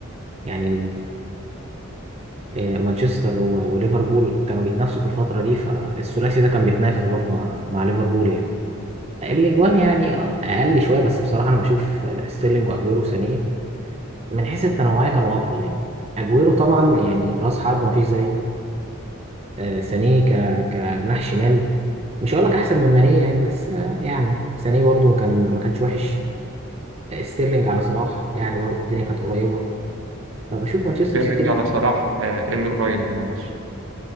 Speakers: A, on the right; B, on the right.
A: يعني آه، مانشستر و- وليفربول كانوا بيتنافسوا في الفترة دي فالثلاثي ده كان بيتنافس برضو مع مع ليفربول يعني الأجوان يعني آه، أقل شوية بس بصراحة أنا بشوف آه، ستيرلينج وأجويرو سانيه من حيث التنوعية كانوا أفضل يعني أجويرو طبعا يعني رأس حربة مفيش زيه آه، سانيه ك كجناح شمال مش هقول لك أحسن من مانيه يعني بس آه، يعني سانيه برضو كان ما كانش وحش آه، ستيرلينج على صلاح يعني برضو الدنيا كانت قريبة فبشوف مانشستر
B: ستيرلينج
A: سيتي
B: على صلاح آه إيه اللي قريب معلش